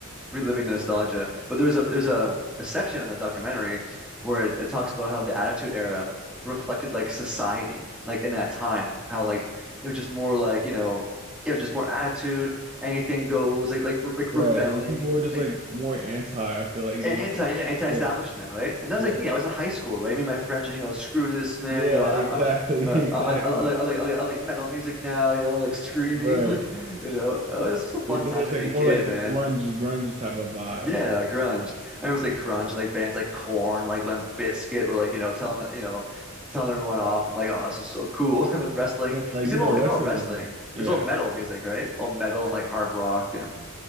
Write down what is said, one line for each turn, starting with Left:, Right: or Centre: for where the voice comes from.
Centre: reliving the nostalgia. But there's a there's a, a section in that documentary where it, it talks about how the Attitude Era reflected like society, like in that time, how like it was just more like you know, it was just more attitude, anything goes, like like re like
Right: Right.
Centre: rebelling,
Right: Like people were just
Centre: like
Right: like more anti. I feel like
Centre: anti
Right: they did like,
Centre: yeah, anti-establishment,
Right: yeah,
Centre: right? And that
Right: yeah,
Centre: was like me. I was in high school, right? Me and my friends, you know, screw this, man.
Right: yeah,
Centre: You know, I'm
Right: exactly,
Centre: I'm uh,
Right: <laughs> exactly.
Centre: I, I, I like I like I like I like metal music now. You know, I like screaming,
Right: Right.
Centre: <laughs> like you know, oh, it's just a fun
Right: It did.
Centre: time
Right: It was
Centre: to
Right: like
Centre: be
Right: more
Centre: a kid,
Right: like the
Centre: man.
Right: grunge, grunge type of vibe,
Centre: Yeah,
Right: you know.
Centre: grunge. And it was like grunge, like bands like Corn, like Limp Bizkit were like you know telling you know telling everyone off. I'm like, oh, this is so cool. <laughs> And then wrestling,
Right: And, like,
Centre: because
Right: you
Centre: even
Right: know,
Centre: all,
Right: wrestling
Centre: even all wrestling,
Right: was like,
Centre: it
Right: yeah.
Centre: was all metal music, right? All metal and like hard rock and